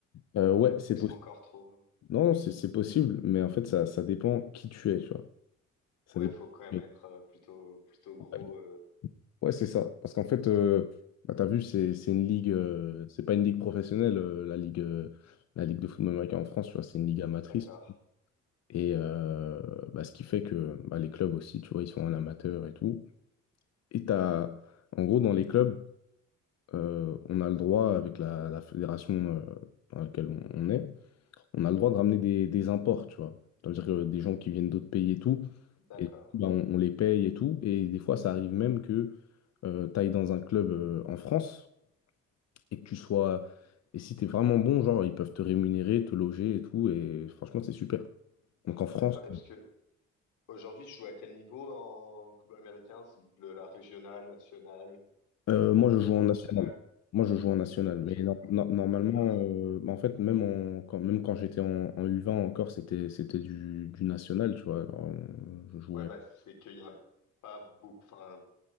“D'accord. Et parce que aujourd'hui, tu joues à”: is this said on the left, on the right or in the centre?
Left